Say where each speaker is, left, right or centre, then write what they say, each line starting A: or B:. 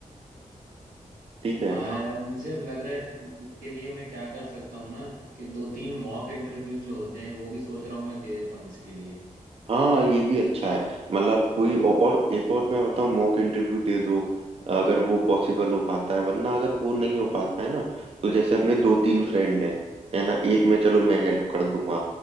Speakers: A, on the right; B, on the right.
A: ठीक है
B: हाँ यार मुझे अब लग रहा है कि इ- इसके लिए मैं क्या कर सकता हूँ ना कि दो तीन मॉक इंटरव्यूज जो होते हैं वो भी सोच रहा हूँ मैं दे देता हूँ इसके लिए
A: हाँ ये भी अच्छा है मतलब कोई औ- और एक और मैं बताऊँ मॉक इंटरव्यू दे दो अगर वो पॉसिबल हो पाता है वरना अगर वो नहीं हो पाता है ना तो जैसे अपने दो तीन फ्रेंड हैं है ना एक में चलो मैं हेल्प कर दूंगा